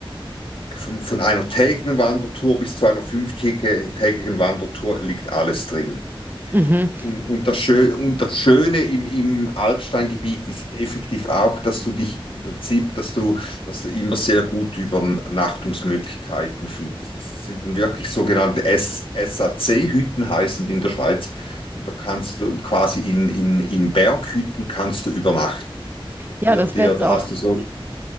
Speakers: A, on the left; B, on the right.
A: von, von einer tägigen Wandertour bis zu einer fünftägigen Wandertour liegt alles drin.
B: Mhm.
A: Und, und, das, Schö und das Schöne im, im Alpsteingebiet ist effektiv auch, dass du dich im Prinzip, dass du, dass du immer sehr gut Übernachtungsmöglichkeiten findest. Das sind dann wirklich sogenannte SAC-Hütten, heißen die in der Schweiz. Und da kannst du quasi in, in, in Berghütten kannst du übernachten. Dort
B: Ja,
A: wird
B: das
A: dir,
B: wäre jetzt
A: da
B: auch.
A: hast du so,